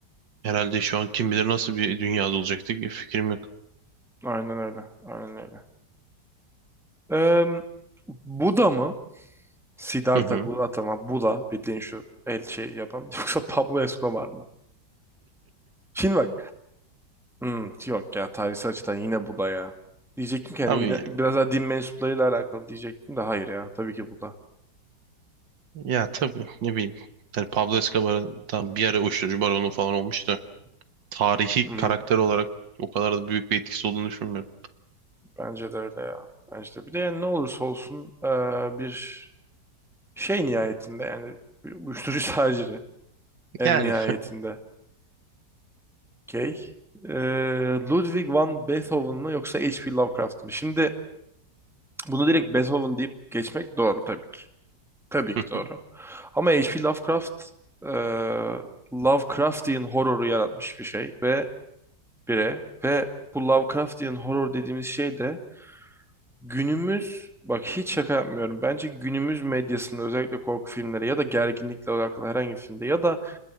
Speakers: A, on the right; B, in the centre.
A: herhalde şu an kim bilir nasıl bir dünyada olacaktık bir fikrim yok.
B: Aynen öyle. Aynen öyle. Em, Buda mı? Siddhartha
A: Hı hı.
B: Gautama Buddha bildiğin şu el şey yapan <laughs> yoksa Pablo Escobar mı? Şimdi bak hmm, yok ya tarihsel açıdan yine Buddha ya. Diyecektim ki hani
A: Abi
B: yine
A: ya,
B: biraz daha din mensuplarıyla alakalı diyecektim de hayır ya tabii ki Buddha.
A: ya tabii ne bileyim. Hani Pablo Escobar'ın tam bir ara uyuşturucu baronu falan olmuştu. tarihi
B: Hı-hı,
A: karakter olarak o kadar da büyük bir etkisi olduğunu düşünmüyorum.
B: bence de öyle ya. Bence de. Bir de yani ne olursa olsun eee, bir şey nihayetinde yani bir uyuşturucu <laughs> taciri en
A: Yani
B: nihayetinde. Okey. Eee, Ludwig van Beethoven mı yoksa H.P. Lovecraft mı? Şimdi bunu direkt Beethoven deyip geçmek doğru tabii ki. Tabii
A: <laughs>
B: ki doğru. Ama H.P. Lovecraft e, Lovecraftian horroru yaratmış bir şey ve bire ve bu Lovecraftian horror dediğimiz şey de günümüz bak hiç şaka yapmıyorum. Bence günümüz medyasında özellikle korku filmleri ya da gerginlikle alakalı herhangi bir filmde ya da